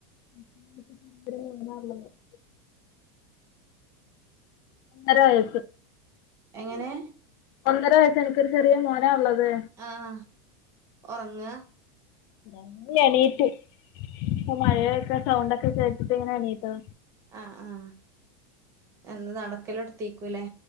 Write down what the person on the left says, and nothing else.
<unintelligible> നേരായോ
ഒന്നര വയസ്സ് എനിക്കൊരു ചെറിയ മോനാ ഉള്ളത്
<unintelligible> ണീറ്റു ഇപ്പ മഴയൊക്കെ സൗണ്ട് ഒക്കെ കേട്ടിട്ട് ഇങ്ങനെ എണീറ്റതാ